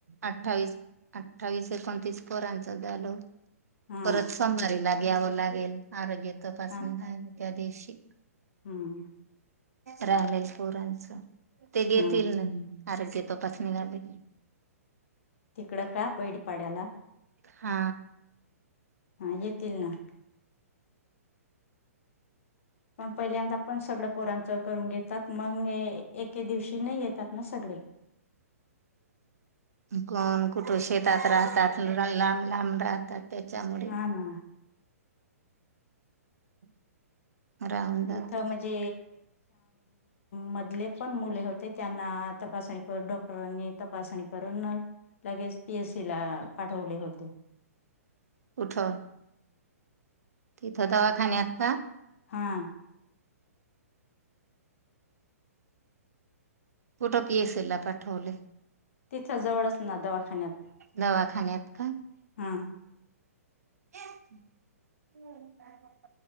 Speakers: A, on the right; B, on the left.
A: अठ्ठावीस अठ्ठावीस एकोणतीस पोरांच झाल.
B: हा
A: परत संभारी ला घ्यावं लागेल आरोग्य तपासणी
B: हा
A: हाय. त्या दिवशी
B: हम्म
A: राहीलय पोरांचं ते घेतील
B: हा
A: न आरोग्य तपासणी झाली.
B: तिकडं का बैडपाड्याला.
A: हा
B: ह येतील ना. पण पहिल्यांदा आपण सगळं पोरांचं करून घेतात मग एके दिवशी नाही येतात ना सगळे.
A: कोण कुठे शेतात राहतात. लांब लांब राहतात. त्याच्यामुळे.
B: हा ना.
A: <inaudible> जात
B: इथं म्हणजे मधले पण मुले होते त्यांना तपासणी करून डॉक्टरांनी तपासणी करून लगेच पी एस सी ला पाठवले होते.
A: कुठ तिथं दवाखान्यात का
B: हां
A: कुठं पीएसीला पाठवले.
B: तिथं जवळच ना दवाखान्यात
A: दवाखान्यात का
B: हम्म
A: <unintelligible>